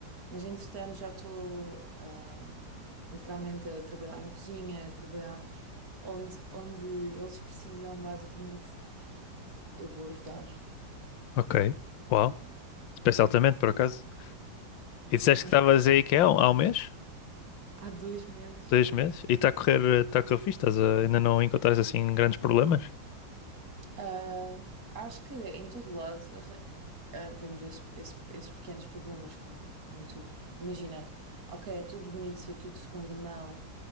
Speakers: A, on the right; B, on the left.
A: mas entretanto já estou ahm, literalmente a trabalhar na cozinha, a trabalhar onde, onde eles precisam, basicamente, eu vou ajudar.
B: ok. Uau.
A: Yeah,
B: Pensa altamente, por acaso. E
A: Sim,
B: disseste que estavas aí que é, há um há um mês?
A: <laughs> há dois meses.
B: Dois meses? E está a correr, está a correr fixe? Estás a- ainda não encontraste assim grandes problemas?
A: Ah, acho que em todo lado arra- ah, vemos esses, esses- esses pequenos problemas, como, como em tudo. Imagina, ok, é tudo bonito ser tudo de segunda mão.